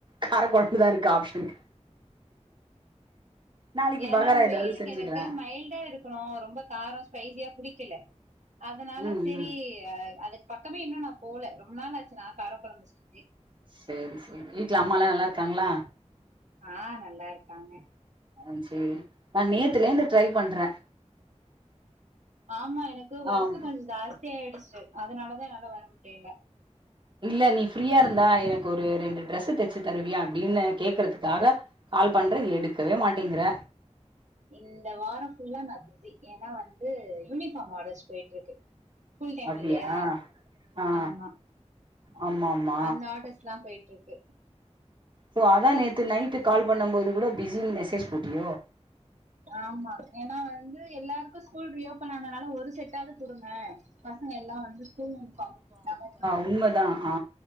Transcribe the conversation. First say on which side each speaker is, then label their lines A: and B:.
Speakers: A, on the right; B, on the right.
A: காரக் கொழம்பு தா இருக்கு ஆப்ஷன் நாளைக்கு
B: ஏனா
A: பகாரா
B: வெயிலுக்கு
A: ஏதாவது செஞ்சுக்கிறே
B: எனக்கு மயில் டா இருக்கனும் ரொம்ப காரம் ஸ்பைசியா புடிக்கல அதனால
A: ம்
B: செரி
A: ம்
B: அது பக்கமே இன்னும் நா போல ரொம்ப நாளாச்சி நா காரக்கொழம்பு செஞ்சே
A: செரி செரி வீட்ல அம்மா லா நல்லா இருக்காங்களா
B: ஆ நல்லா இருக்காங்க
A: ஆ சேரி நா நேத்துல இருந்து ட்ரை பண்றன்
B: ஆமா எனக்கு வொர்க்கு
A: ஆம்
B: கொஞ்சம் ஜாஸ்தியா ஆயிடுச்சி அதனாலதா என்னால வர முடியில
A: இல்ல நீ ஃப்ரீயா இருந்தா எனக்கு ஒரு ரெண்டு டிரெஸ்ஸு தச்சி தருவியா அப்டின்னு கேக்கறதுக்காக கால் பண்றன் எடுக்கவே மாட்டேங்கிற
B: இந்த வாரம் ஃபுல்லா நா பிஸி ஏனா வந்து யூனிஃபார்ம் ஆடர்ஸ் போயிட்டு இருக்கு ஸ்கூல் டைம்
A: அப்டியா
B: இல்லையா
A: ஆ
B: ஆமா
A: ஆமா ஆமா
B: அந்த ஆடர்ஸ்லாம் போயிட்டுருக்கு
A: சோ அதா நேத்து நைட்டு கால் பண்ணம்போது கூட பிஸின் மெசேஜி போட்டியோ
B: ஆமா ஏனா வந்து எல்லாருக்கும் ஸ்கூல் ரீ ஓபன் ஆனனால ஒரு செட்டாது குடுங்க பசங்க எல்லாம் வந்து ஸ்கூல் யூனிபார்ம் நாங்க <inaudible>
A: உண்ம தா ஆ